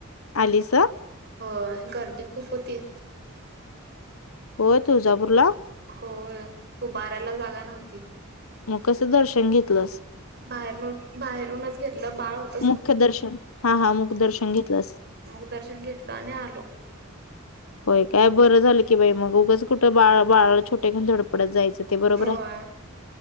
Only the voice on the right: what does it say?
होय गर्दी खूप होती.
होय उभारायला जागा नव्हती.
बाहेरुन. बाहेरूनच घेतलं बाळ होत.
मुख दर्शन घेतलं आणि आलो.
होय